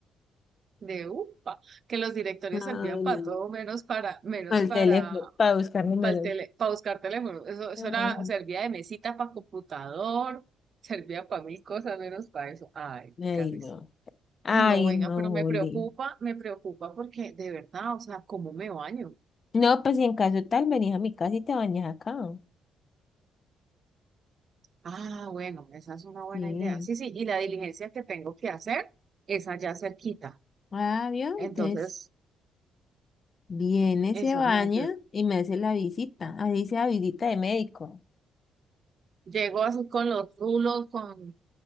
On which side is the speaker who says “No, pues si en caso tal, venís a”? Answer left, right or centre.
Left